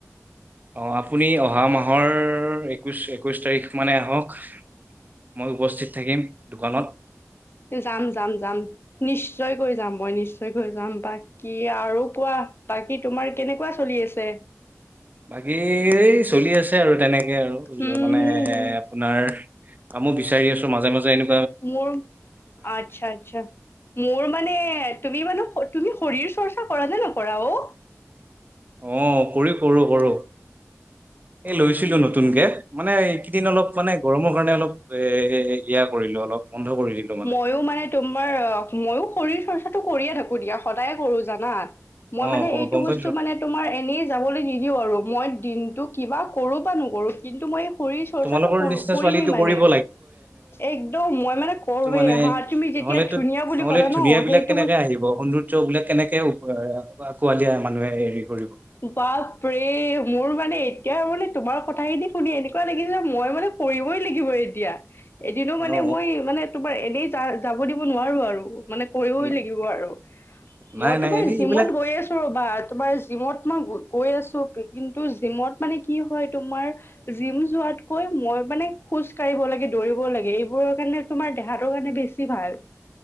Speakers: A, on the right; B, on the left.
A: অ আপুনি অহা মাহ মাহৰ একৈছ একৈছ তাৰিখ মানে আহক মই উপস্থিত থাকিম দোকানত।
B: যাম যাম যাম নিশ্চয়কৈ গৈ যাম মই নিশ্চয়কৈ যাম বাকী আৰু কোৱা বাকী তোমাৰ কেনেকুৱা চলি আছে।
A: বাকী চলি আছে আৰু তেনেকে আৰু
B: হম
A: মানে
B: হম হম
A: আপোনাৰ আম চাৰিছ মাজে মাজেনে
B: মোৰ আচ্ছা আচ্ছা মোৰ মানে তুমি মানে তুমি শৰীৰ চৰ্চা কৰা নে নকৰা অ
A: অ কৰি কৰো কৰো এ লৈছিলো নতুনকে মানে এইকেইদিন অলপ মানে গৰমৰ কাৰণে অলপ এয়া কৰিলোঁ অলপ বন্ধ কৰি দিলো
B: মইো মানে তোমাৰ অ ময়ো শৰীৰ চৰ্চা। কাতটো কৰিয়ে থাকো দিয়া সদায়ে কৰো জানাত মই
A: অ
B: মানে
A: গ-
B: এইটো
A: গম
B: বস্তু
A: পাইছো
B: মানে তোমাৰ এনেই যাবলৈ নিদিওঁ আৰু মই দিনটো কিবা কৰোঁ বা নকৰোঁ। কিন্তু মই শৰীৰ চৰ্চাটোো
A: তোমালোকৰ নিচিনা
B: কৰিমেই
A: ছোৱালীটো
B: মানে
A: কৰিব
B: একদম মই মানে কৰোৱেই
A: তটো মানে
B: হা তুমি যেতিয়া
A: নহলেতো
B: ধুনীয়া বুলি
A: নহলে
B: ক'লা
A: ধুনীয়া
B: ন
A: বিলাক
B: সেইটো
A: কেনেকে
B: বস্তু
A: আহিব সৌন্দ্যবলাক কেনেকে। আকোৱালিয়া মানুহে কৰিব
B: বাপৰে মোৰ মানে এতিয়া মানে তোমাৰ কথাখিনি শুনি এনেকুৱা লাগিছিল মই মানে কৰিবই লাগিবই এতিয়া, এদিনো মানে
A: অ
B: মই মানে তোমাৰ এনেই য যাব দিব নোৱাৰো আৰু মানে কৰিবই
A: অ
B: লাগিব আৰু
A: নাই
B: মই
A: নাই
B: তোমাৰ
A: এনেই
B: জিমত
A: এইবিলাক
B: গৈ আছো ৰ'বাত, তোম জিমত মই গৈ আছো কিন্তু জিমত মানে কি হয়। তোমাৰ জিম যোৱাত কৈ মই মানে খোজ কঢ়িব লাগে দৌৰিব লাগে এইবোৰৰ কাৰণে তোমাৰ দেহাটোৰ কাৰণে বেছি ভাল।